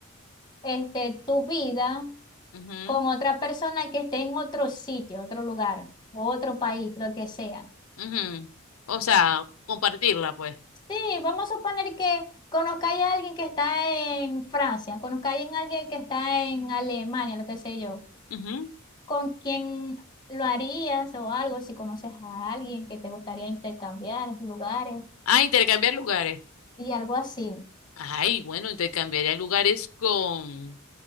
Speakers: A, on the left; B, on the left.
A: este, tu vida
B: Ujú,
A: con otra persona que esté en otro sitio, otro lugar, otro país, lo que sea.
B: ujú. O sea, compartirla, pues.
A: Sí, vamos a suponer que conozcáis a alguien que está en Francia, conozcáis a alguien que está en Alemania, lo que sé yo.
B: Ujú.
A: ¿Con quién lo harías o algo? Si conoces a alguien que te gustaría intercambiar lugares
B: Ah, intercambiar lugares.
A: y algo así.
B: Ay, bueno, intercambiaría lugares con...